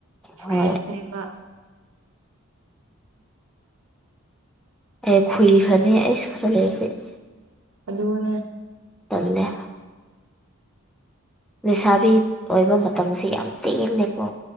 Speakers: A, on the right; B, in the centre.
A: ꯐ꯭ꯔꯦꯁ
B: ꯍꯣꯏ
A: ꯅꯦꯕ
B: ꯑꯦ ꯈꯨꯏꯈ꯭ꯔꯅꯦ ꯑꯩꯁ ꯈꯔ ꯂꯩꯔꯗꯤ
A: ꯑꯗꯨꯅꯦ
B: ꯇꯜꯂꯦ ꯂꯩꯁꯥꯕꯤ ꯑꯣꯏꯕ ꯃꯇꯝꯁꯦ ꯌꯥꯝ ꯇꯦꯜꯂꯦꯀꯣ